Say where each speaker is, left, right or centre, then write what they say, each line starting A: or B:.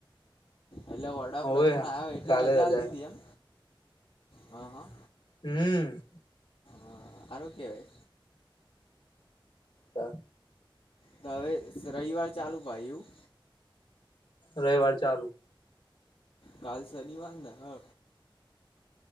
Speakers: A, on the left (about 80°); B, on the left (about 70°).
A: એટલે વડાપ્રધાન
B: હોવે
A: આયો એટલે
B: કાલે
A: રજા આલ દીધી
B: હે
A: એમ હા હા.
B: હમમ
A: હા હારુ કેવાય.
B: હા.
A: તો હવે રવિવાર ચાલુ હોય એવું.
B: રવિવાર ચાલુ
A: કાલ શનિવાર ને હ અ.